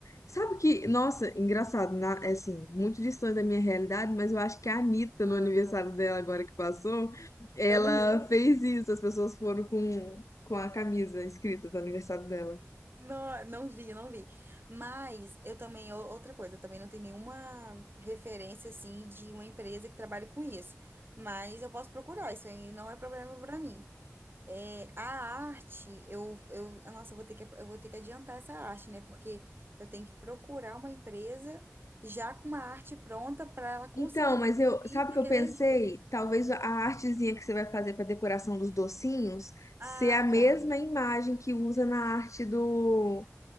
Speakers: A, on the left; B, on the right.
A: Sabe que, nossa, engraçado, na, é assim, muito distante da minha realidade, mas eu acho que a Anitta,
B: Ah,
A: no aniversário dela agora que passou, ela
B: eu não vi.
A: fez isso, as pessoas foram com, com a camisa escrita do aniversário dela.
B: Não, não vi, não vi. Mas eu também, ou- outra coisa, eu também não tenho nenhuma referência assim de uma empresa que trabalhe com isso. Mas eu posso procurar, isso aí não é problema para mim. É, a arte, eu, eu, ah, nossa, eu vou ter que, eu vou ter que adiantar essa arte, né? Porque eu tenho que procurar uma empresa já com uma arte pronta para ela conseguir
A: Então, mas
B: produzir
A: eu, sabe
B: daqui
A: o que eu pensei?
B: a 10 dias.
A: Talvez a artezinha que você vai fazer para decoração dos docinhos
B: Ah,
A: ser a mesma
B: tá.
A: imagem que usa na arte do